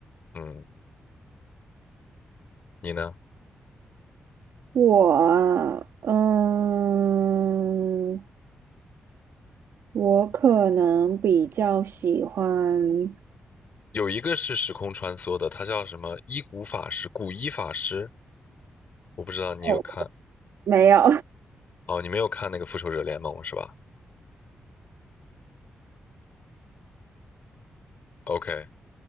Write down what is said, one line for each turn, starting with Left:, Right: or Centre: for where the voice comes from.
Left: 嗯，你呢？
Right: 我啊嗯，我可能比较喜欢，
Left: 有一个是时空穿梭的，他叫什么伊古法师，古伊法师，我不知道你有看
Right: 哦，没有，
Left: 哦，你没有看那个复仇者联盟是吧？OK，